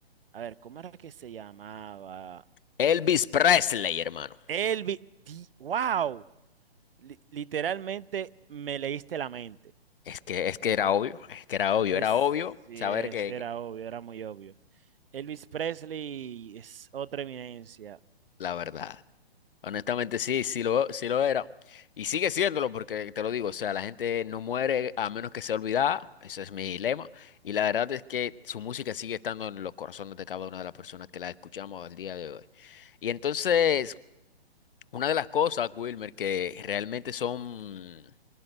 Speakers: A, on the right (about 60°); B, on the left (about 60°).
A: a ver, ¿cómo era que se llamaba?
B: Elvis Presley, hermano.
A: Elvi, di- wow, Li- literalmente me leíste la mente.
B: Es que, es que era obvio, es que era obvio,
A: Es,
B: era obvio
A: sí,
B: saber
A: es,
B: que
A: era
B: que-
A: obvio, era muy obvio. Elvis Presley es otra eminencia.
B: la verdad. Honestamente, sí, sí lo, sí lo era. Y sigue siéndolo porque te lo digo, o sea, la gente no muere a menos que sea olvidada, eso es mi lema. Y la verdad es que su música sigue estando en los corazones de cada una de las personas que la escuchamos al día de hoy. Y entonces, una de las cosas, Wilmer, que realmente son